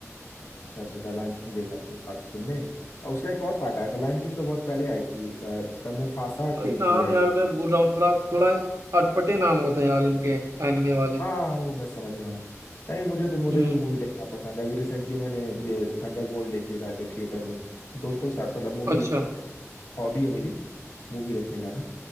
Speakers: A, on the left (about 75°); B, on the right (about 65°).
A: अच्छा अच्छा द लायन किंग देखा तो आ, तुमने और उसका एक और पार्ट आया था लायन किंग तो बहुत पहले आई थी द मुफासा
B: भाई
A: कोई मूवी
B: नाम
A: आई
B: यार
A: थी
B: मैं भूल रहा हूँ थोड़ा थोड़ा अटपटे नाम होते हैं यार इनके एनिमे वाले
A: हाँ वो मैं समझ रहा हूँ नहीं मुझे तो मुझे
B: हम्म
A: भी मूवी देखना पसंद है अभी रिसेंटली मैंने ये थंडरबोल्ट देखी है जाके थिएटर में दोस्तों के साथ मतलब मूवी
B: अच्छा
A: हॉबी है मेरी मूवी देखने जाना